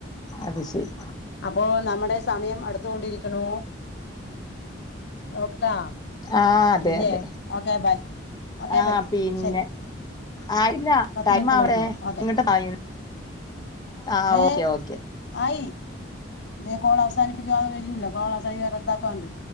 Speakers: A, on the left; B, on the left.
A: അത് ശരി.
B: അപ്പോ നമ്മുടെ സമയം അടുത്തുകൊണ്ടിരിക്ക്നൂ. നോക്ക്ട്ടൊ
A: ആഹ് അതെ
B: ഷിബിയെ!
A: അതെ
B: ഓക്കെ ബൈ ഓക്കെ
A: ആഹ്
B: ബൈ
A: പിന്നെ
B: ശരി
A: ആയില്ല
B: പത്ത്
A: ടൈംവിടെ
B: മിനിറ്റല്ലേ പറ്റുള്ളൂ ഓക്കെ
A: ഇങ്ങട്ട് തങ്ങ ആ്
B: ദേ
A: ഓക്കെ ഓക്കെ
B: ആയി ദേ കോൾ അവസാനിപ്പിക്കുവാ വുന്നില്ലോ കോൾ അവസിക്ക റദ്ദാക്കാണ്ട്